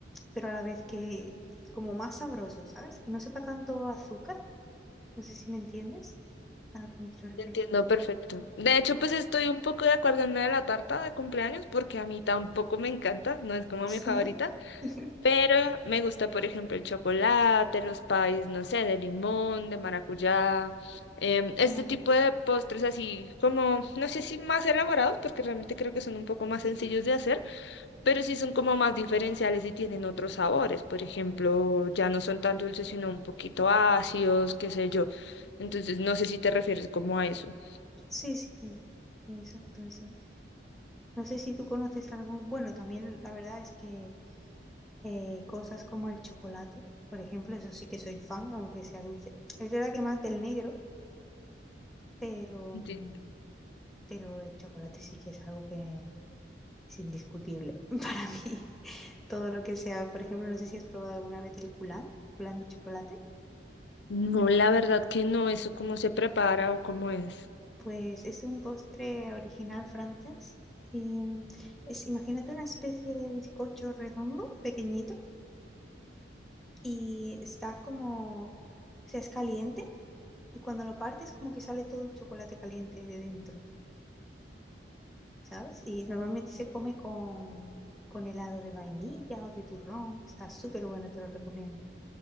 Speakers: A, in the centre; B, on the left (about 70°).
A: pero a la vez que como más sabrosos, ¿sabes? Que no sepa tanto azúcar no sé si me entiendes a lo que me quiero referir.
B: Te Entiendo perfecto. De hecho, pues estoy un poco de acuerdo en la de la tarta de cumpleaños porque a mí tampoco me encanta, no es como
A: Sí,
B: mi favorita.
A: <laughs>
B: Pero me gusta, por ejemplo, el chocolate, los pies, no sé, de limón, de maracuyá, em,
A: claro.
B: este tipo de postres así como, no sé si más elaborados, porque realmente creo que son un poco más sencillos de hacer, pero sí son como más diferenciales y tienen otros sabores. Por ejemplo, ya no son tan dulces, sino un poquito ácidos, qué sé yo. Entonces, no sé si te refieres como a eso.
A: Sí, sí, sí. exacto, eso. No sé si tú conoces algún... Bueno, también la verdad es que eh, cosas como el chocolate, por ejemplo, eso sí que soy fan, aunque sea dulce. Es verdad que más del negro, pero,
B: Entiendo.
A: mm, pero el chocolate sí que es algo que es indiscutible <laughs> para mí. Todo lo que sea, por ejemplo, no sé si has probado alguna vez el coulant, coulant de chocolate.
B: No, la verdad que no, eso cómo se prepara o cómo es.
A: Pues es un postre original francés. Y mm, es, imagínate una especie de bizcocho redondo, pequeñito, y está como, o sea, es caliente y cuando lo partes como que sale todo el chocolate caliente de dentro, ¿sabes? Y normalmente se come con, con helado de vainilla o de turrón. Está súper bueno, te lo recomiendo.